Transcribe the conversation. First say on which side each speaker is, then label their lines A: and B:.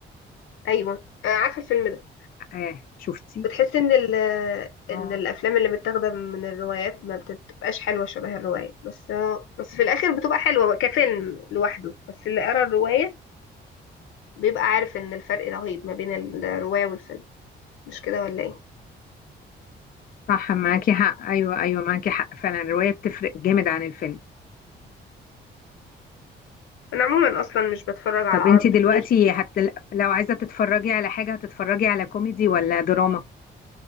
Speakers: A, on the left; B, on the left.
A: أيوة أنا عارفة الفيلم ده
B: آه شفتي
A: بتحس ان ال
B: اه
A: ان الافلام اللي متاخده من الروايات ما بتبقاش حلوه شبه الروايه بس بس في الاخر بتبقى حلوه كفيلم لوحده بس اللي قرا الروايه بيبقى عارف ان الفرق رهيب ما بين الروايه والفيلم مش كده ولا ايه
B: صح معاكي حق ايوه ايوه معاكي حق فعلا الروايه بتفرق جامد عن الفيلم
A: انا عموما اصلا مش بتفرج على
B: طب
A: عربي
B: انت دلوقتي
A: كتير
B: حتى لو عايزه تتفرجي على حاجه هتتفرجي على كوميدي ولا دراما